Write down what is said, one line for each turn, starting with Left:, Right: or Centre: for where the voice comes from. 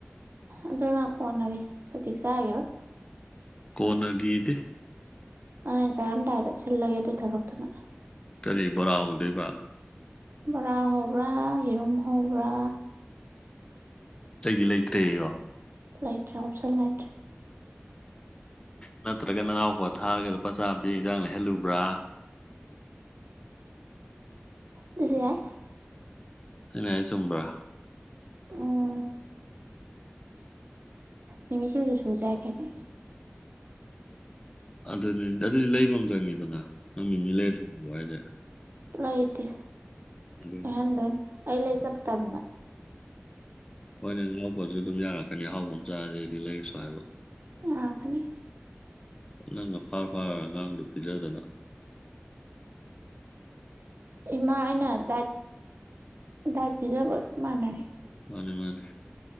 Right: ꯑꯗꯨꯅ ꯀꯣꯟꯅꯒꯦ ꯍꯧꯖꯤꯛ ꯆꯥꯒꯤꯔꯣ
Left: ꯀꯣꯅꯒꯗꯤ
Right: ꯍꯣꯔꯦꯟ ꯆꯥꯔꯝꯗꯥꯏꯗꯥ ꯁꯤꯜ ꯂꯥꯒꯦ ꯑꯗꯨ ꯊꯕꯇꯨꯅ
Left: ꯀꯔꯤꯕꯣꯔꯥ ꯍꯧꯗꯣꯏꯕꯥ
Right: ꯕꯣꯔꯥ ꯍꯧꯕ꯭ꯔꯥ ꯌꯦꯔꯨꯝ ꯍꯧꯕ꯭ꯔꯥ
Left: ꯑꯇꯩꯗꯤ ꯂꯩꯇ꯭ꯔꯦꯌꯣ
Right: ꯂꯩꯇ꯭ꯔꯦ ꯑꯣꯞꯁꯟ ꯂꯩꯇ꯭ꯔꯦ
Left: ꯅꯠꯇ꯭ꯔꯒ ꯅꯅꯥꯎꯄ ꯊꯥꯔꯒ ꯂꯨꯄꯥ ꯆꯥꯝꯕꯤ ꯌꯦꯟꯖꯥꯡꯅ ꯍꯦꯜꯂꯨꯕ꯭ꯔꯥ
Right: ꯍꯣꯏꯖꯥꯏ
Left: ꯑꯏ ꯆꯨꯝ꯭ꯔꯥ
Right: ꯑꯣ ꯃꯤꯃꯤꯁꯤꯡꯁꯨ ꯁꯖꯥꯏ ꯀꯥꯏꯅ
Left: ꯑꯗꯨ ꯑꯗꯨꯗꯤ ꯂꯩꯕ ꯑꯃ ꯆꯪꯉꯤꯗꯅ ꯅꯪ ꯃꯤ ꯃꯤ ꯂꯩꯔ ꯊꯣꯏꯕꯕ ꯍꯥꯏꯁꯦ
Right: ꯂꯩꯥꯏꯇ
Left: ꯑꯗꯨꯅꯤ
Right: ꯍꯍꯗꯅꯤ ꯑꯂ ꯆꯞ ꯇꯕꯅ
Left: ꯍꯣꯏꯅꯦ ꯂꯍꯥꯎꯕꯁꯨ ꯑꯗꯨꯝ ꯌꯥꯔꯛꯀꯅꯤ ꯑꯍꯥꯎꯕ ꯑꯃ ꯆꯥꯗꯩꯗꯤ ꯂꯩꯔꯁꯨ ꯍꯥꯏꯕ
Right: ꯑ ꯈꯅꯤ
Left: ꯅꯪꯒ ꯐꯥꯔ ꯐꯥꯔꯒ ꯑꯉꯥꯡꯗꯨ ꯄꯤꯖꯗꯅ
Right: ꯏꯃꯥ ꯑꯩꯅ ꯗꯥꯏꯠ ꯗꯥꯏꯠ ꯄꯤꯖꯕꯁꯨ ꯃꯥꯟꯅꯔꯤ
Left: ꯃꯥꯅꯤ ꯃꯥꯅꯤ